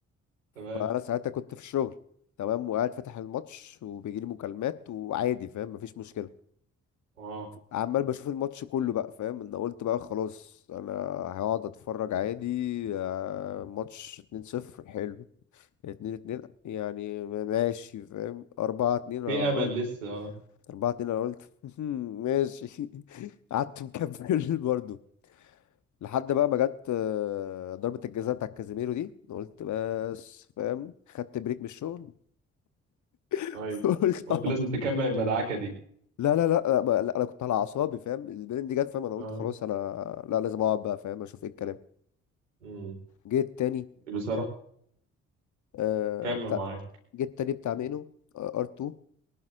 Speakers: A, on the right; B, on the left.
A: تمام
B: فأنا ساعتها كنت في الشغل تمام وقاعد فاتح الماتش وبيجيلي مكالمات وعادي فاهم مفيش مشكلة
A: اه
B: عمال بشوف الماتش كله بقى فاهم انا قلت بقى خلاص انا هقعد اتفرج عادي آه، ماتش 2-0 حلو اتنين اتنين يعني ما- ماشي فاهم أربعة اتنين أنا
A: في امل
B: قلت
A: لسه اه
B: أربعة اتنين أنا قلت <laughs> ماشي قعدت مكمل <laughs> برضه لحد بقى ما جت آه، ضربة الجزاء بتاع كازيميرو دي أنا قلت بس فاهم خدت بريك من الشغل <laughs>
A: ايوه
B: قلت
A: قلت
B: أقعد.
A: لازم تكمل المدعكه دي
B: لا لا لا ما- لا انا كنت على اعصابي فاهم البرين دي جت فاهم انا قلت
A: اه
B: خلاص انا لا لازم اقعد بقى فاهم اشوف ايه الكلام
A: امم
B: جيت تاني
A: بصراحة
B: آه
A: كمل
B: بتاع
A: معايا
B: جيت تاني بتاع مينو ار2